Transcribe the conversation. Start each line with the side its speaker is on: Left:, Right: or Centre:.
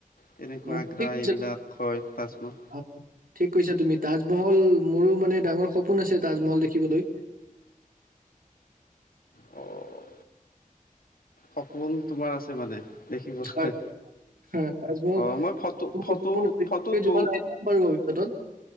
Left: তেনেকুৱা
Right: উম
Left: আগ্ৰা
Right: ঠিক কৈছা
Left: এইবিলাক হয় তাজমল
Right: আহ, ঠিক কৈছা তুমি তাজমহল মোৰো মানে ডাঙৰ সপোন আছে তাজমহল দেখিবলৈ।
Left: অ' সপোন তোমাৰ আছে মানে দেখিবলৈ।
Right: হয়, হয়, তাজমহল
Left: অ' মই ফটো ফটো
Right: সম্পূৰ্ণ পৃথিৱীৰ
Left: ফটোত
Right: যোৱা
Left: বহু।
Right: নাই, যাম বাৰু ভৱিষ্যতত।